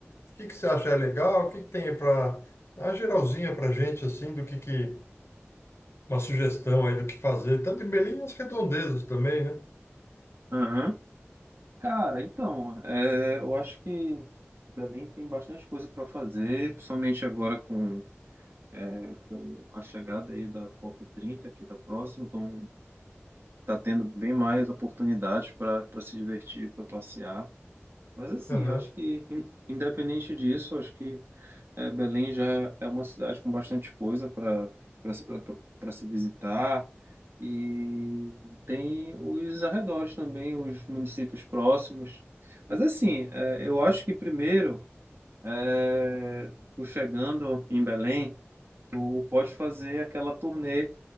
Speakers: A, on the left; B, on the right.
A: o que que você acha legal? O que que tem para a geralzinha pra gente assim do que que uma sugestão aí do que fazer, tanto em Belém e as redondezas também, né?
B: aham. Cara, então, é, eu acho que Belém tem bastante coisa para fazer, principalmente agora com, é, com a chegada aí da COP30, que está próximo, então tá tendo bem mais oportunidades para para se divertir, para passear. Mas assim,
A: Aham.
B: eu acho que, in- independente disso, eu acho que é, Belém já é uma cidade com bastante coisa para para se visitar. E tem os arredores também, os municípios próximos. Mas assim, é, eu acho que primeiro, é, tu chegando em Belém, tu pode fazer aquela turnê